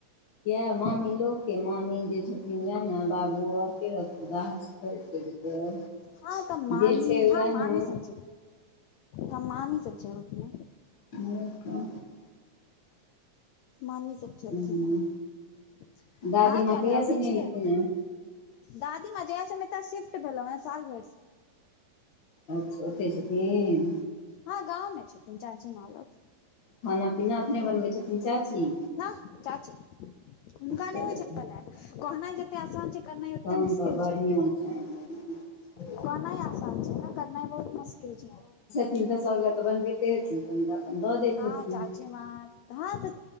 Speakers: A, on the left; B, on the left.
A: यह मामी लोक के मामी जे छथिन वएह ने बाबू आर के रहतै। <unintelligible>
B: हँ तऽ मामी
A: जे छै वएह
B: हँ मामी
A: ने
B: सब छै त मामी सब छैलखिन।
A: <inaudible>
B: मामी सब छलखिन
A: हूँ
B: हे, अहाँ
A: दादी माँ
B: किया
A: कहिया
B: ने अबै
A: सँ नहि
B: छियै।
A: एलखुन हेँ
B: दादी मां जहिया से ह एतऽ शिफ्ट भेलौ हे, साल भैर से।
A: अच्छा ओते छथिन।
B: हँ गाँवमें छथिन चाचीमाॅं लग।
A: खाना- पीना अपने बनबै छथिन चाची।
B: नह चाची, हुनका
A: चलू
B: नै होइ छैन बनैल, कहनै ज तै आसान छै, करनाय ओतै
A: तहन
B: मुश्किल
A: तऽ बढ़िआँ
B: छै।
A: छै
B: कहनाय आसान छै ने, करनाइ बहुत मुश्किल छै।
A: हिनक सब लऽ तऽ बनबैतै हेथिन, तहैन तऽ। अपन दऽ दैत
B: हँ
A: हेथिन
B: चाचीमाॅं। हँ तऽ